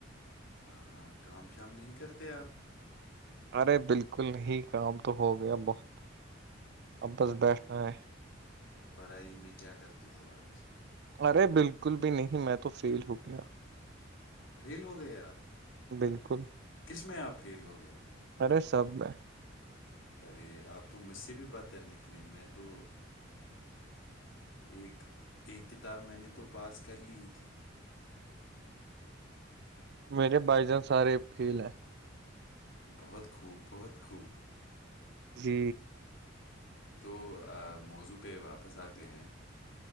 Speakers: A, on the left; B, on the right.
A: ہاں ہاں کام شام نہیں کرتے آپ
B: ارے بالکل ہی کام تو ہو گیا بہت اب
A: اچھا
B: بس بیٹھنا
A: ٹھیک
B: ہے
A: پڑھائی میں کیا کرتے ہو آج
B: ارے بالکل بھی نہیں میں تو فیل ہو گیا
A: فیل ہو گئے آپ
B: بالکل
A: کس میں آپ فیل ہو گئے
B: ارے سب ہے
A: ارے آپ تو مجھ سے بھی بدتر نکلے میں تو ایک ایک کتاب میں نے تو پاس کر لی تھی
B: میرے بائی جان سارے فیل ہے
A: بہت خوب بہت خوب
B: جی
A: تو موضوع پہ واپس آتے ہیں